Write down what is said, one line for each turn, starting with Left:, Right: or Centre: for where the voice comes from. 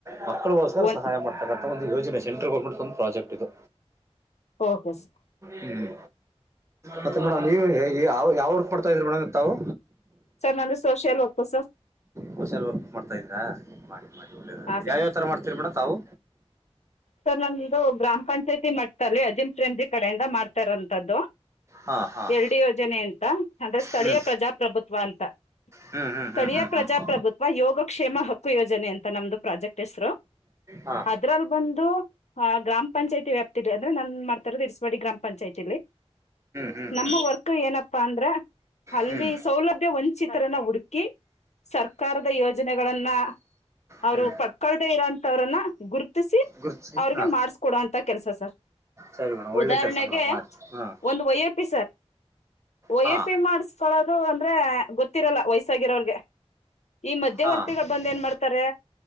Right: ಮಕ್ಕಳಗೋಸ್ಕರ
Left: ಒನ್
Right: ಸಹಾಯ ಮಾಡ್ತಕ್ಕಂತ ಒಂದು ಯೋಜನೆ ಸೆಂಟ್ರಲ್ ಗೋರ್ಮೆಂಟ್ ದೊಂದ ಪ್ರಾಜೆಕ್ಟ್ ಇದು.
Left: ಓಕೆ ಸರ್
Right: ಹ್ಮ ಮತ್ತ ಹಾ ನೀವ ಹೇಗಿ ಯಾವ ಯಾವ್ರ ಬರ್ತಾ ಇದ್ರ ಮೇಡಮ್ ತಾವು
Left: ಸರ್ ನಂದು ಸೋಷಿಯಲ್ ವಕ್ಕೂ ಸರ್.
Right: ಹೋಶಿಯಲ್ ವರ್ಕ್ ಮಾಡ್ತಾ ಇದ್ದೀರಾ ಮಾಡಿ ಮಾಡಿ ಒಳ್ಳೇದ ಆಗ್ಲಿ
Left: ಹಾಂ ಸರ್
Right: ಯಾವ್ಯವ ಥರ ಮಾಡ್ತೀರಿ ಮೇಡ ತಾವು.
Left: ಸರ್ ನಂದು ಗ್ರಾಮ ಪಂಚಾಯಿತಿ ಮಟ್ಟದಲ್ಲಿ ಅಜೀಂ ಪ್ರೆಮಜಿ ಕಡೆಯಿಂದ ಮಾಡ್ತಾರಂಥದ್ದು.
Right: ಹಾಂ ಹಾಂ
Left: ಎರಡಿ ಯೋಜನೆ ಅಂತ ಅಂದ್ರೆ ಸ್ಥಳೀಯ
Right: ಹ್ಞೂ
Left: ಪ್ರಜಾಪ್ರಭುತ್ವ ಅಂತ.
Right: ಹ್ಞೂ ಹ್ಞೂ
Left: ಸ್ಥಳೀಯ
Right: ಹ್ಞೂ
Left: ಪ್ರಜಾಪ್ರಭುತ್ವ
Right: ಹ್ಞೂ
Left: ಯೋಗ ಕ್ಷೇಮ ಹಕ್ಕು ಯೋಜನೆ ಅಂತ ನಮ್ದು ಪ್ರಾಜೆಕ್ಟ್ ಹೆಸರು.
Right: ಹಾ
Left: ದ್ರಲ್ಲಿ ಬಂದು ಅ ಗ್ರಾಮ ಪಂಚಾಯತಿ ವ್ಯಾಪ್ತಿಲಿ ಅಂದ್ರ ನನ್ ಮಾಡ್ತರೋದು ಇರ್ಸವಾಡಿ ಗ್ರಾಮ ಪಂಚಾಯತಿಲಿ.
Right: ಹ್ಞೂ ಹ್ಞೂ ಹ್ಞೂ
Left: ನಮ್ಮ ವರ್ಕ್ ಏನಪ್ಪಾ ಅಂದ್ರ ಅಲ್ಲಿ
Right: ಹ್ಞೂ ಹ್ಞೂ
Left: ಸೌಲಭ್ಯ ಒಂಚಿತರನ್ನ ಉಡ್ಕಿ ಸರ್ಕಾರದ ಯೋಜನೆಗಳನ್ನ ಅವ್ರು
Right: ಹ್ಞೂ
Left: ಪಡ್ಕಳ್ದೇ ಇರೋಂತವ್ರನ್ನ ಗುರ್ತಿಸಿ.
Right: ಗುರುತಿಸಿ ಹಾಂ
Left: ಮಾಡಸ್ಕೊಡಂತ ಕೆಲಸ ಸರ್
Right: ಸರಿ ಮೇಡಮ್ ಒಳ್ಳೆ
Left: ಉದಾಹರಣೆಗೆ
Right: ಕೆಲಸ ಮೇಡಮ್ ಮಾಡಿ ಹಾಂ
Left: ಒಂದು ವೈಯಪಿ ಸರ್. ವಯಪಿ
Right: ಹಾ
Left: ಮಾಡಸ್ಕಳೋದು ಅಂದ್ರೆ ಗೊತ್ತಿರಲ್ಲ ವಯಸ್ಸಾಗಿರೋರ್ಗೆ ಈ ಮಧ್ಯವರ್ತಿಗಳ
Right: ಹಾ
Left: ಬಂದ ಏನ್ ಮಾಡ್ತಾರೆ